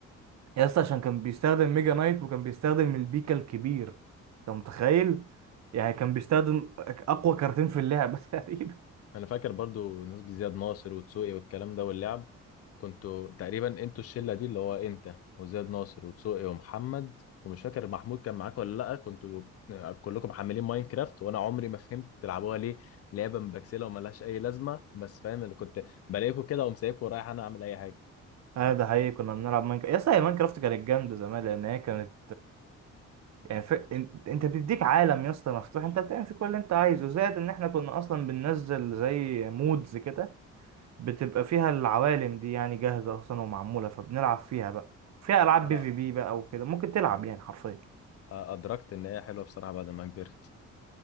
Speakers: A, on the right; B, on the left.
A: يا اسطى عشان كان بيستخدم ميجا نايت وكان بيستخدم البيكا الكبير انت متخيل يعني كان بيستخدم اقوى كارتين في اللعبه <laughs> تقريبا
B: انا فاكر برضو نسبة زياد ناصر وتسوقي والكلام ده واللعب كنتوا تقريبا انتوا الشله دي اللي هو انت وزياد ناصر وتسوقي ومحمد ومش فاكر محمود كان معاك ولا لا كنتوا كلكم محملين ماينكرافت وانا عمري ما فهمت تلعبوها ليه لعبه مبكسله وملهاش اي لازمه بس فاهم اللي كنت بلاقيكوا كده وأقوم سايبكوا ورايح انا اعمل اي حاجه
A: اه ده حقيقي كنا بنلعب ماينكرافت يا اسطى هي ماينكرافت كانت جامده زمان لان هي كانت يعني ف... انت انت بتديك عالم يا اسطى مفتوح انت بتعمل فيه كل اللي انت عايزه زائد ان احنا كنا اصلا بننزل زي مودز كده بتبقى فيها العوالم دي يعني جاهزه اصلا ومعموله فبنلعب فيها بقى فيها العاب
B: انا
A: بي في بي بقى وكده ممكن تلعب يعني حرفيا
B: ادركت ان هي حلوه بصراحه بعد ما كبرت